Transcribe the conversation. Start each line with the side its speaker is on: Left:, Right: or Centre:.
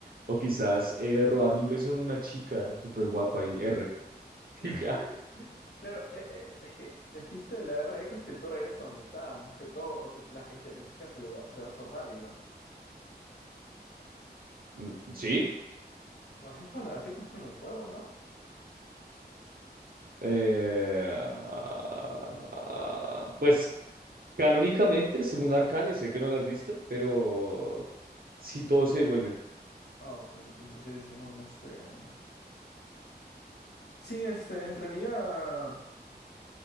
Right: O quizás eh, robarle un beso a una chica súper guapa y R. <laughs>
Left: <laughs>
Right: Y ya.
Left: Claro, eh, eh, es que el chiste de la R eco es que tú regresas a donde está, no es que todo, o sea, la gente, la chica se lo va, se va a acordar igual.
Right: Mm, Sí.
Left: Bueno, así juega- así funciona el juego, ¿no?
Right: Eh, ah, pues canónicamente, según Arcane, sé que no la has visto, pero sí todo se devuelve.
Left: Ah, ok, entonces sí, decimos, este... Sí, este, entraría...